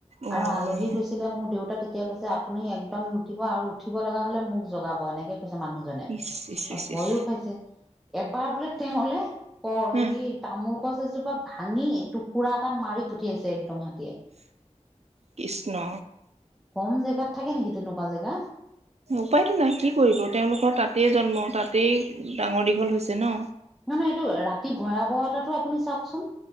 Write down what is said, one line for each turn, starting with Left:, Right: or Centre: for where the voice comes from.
Right: অ'
Centre: আৰু আলহী গৈছিলে মোৰ দেউতা তেতিয়া কৈছে আপুনি একদম নুঠিব আৰু উঠিব লগা হলে মোক জগাব এনেকে <unintelligible> মানুহজনে আৰু
Right: ইচ ইচ ইচ
Centre: ভয়ো
Right: ইচ
Centre: খাইছে এবাৰ বোলে তেওঁলে অ'
Right: উম।
Centre: হেৰি তামোল গছ এজোপা ভাঙি টুকুৰা এটা মাৰি পঠিয়াইছে একদম। <unintelligible>
Right: কৃষ্ণ।
Centre: কম জেগাত থাকে নেকি তেনেকুৱা জেগা।
Right: উপায়তটো নাই কি কৰিব তেওঁলোকৰ তাতেই জন্ম তাতেই ডাঙৰ দীঘল হৈছে ন।
Centre: নহয় এইটো ৰাতি ভয়াৱহতাটো আপুনি চাওকচোন।